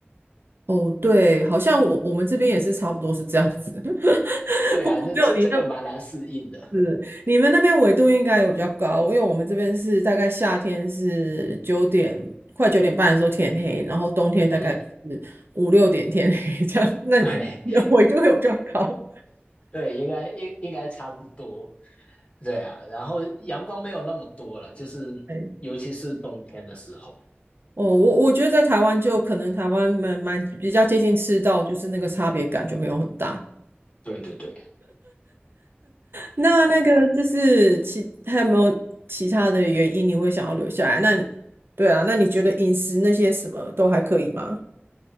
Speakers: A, on the right; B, on the left.
A: 哦，对，好像我我们这边也是差不多是这样子，<laughs>
B: 对啊，
A: 不过没有你那么。
B: 就这这个蛮难适应的。
A: 是，你们那边纬度应该有比较高，因为我们这边是大概夏天是九点快九点半的时候天黑，然后冬天大概是五六点天黑这样。
B: 嗯，
A: 那你们纬度有比较高？
B: 对 <laughs> 对，应该应应该差不多。对啊，然后阳光没有那么多了，就是尤其是冬天的时候。
A: <laughs> 哎，哦，我我觉得在台湾就可能台湾蛮蛮比较接近赤道，就是那个差别感就没有很大。
B: 对对对，
A: 那那个就是其还有没有其他的原因你会想要留下来？那对啊，那你觉得饮食那些什么都还可以吗？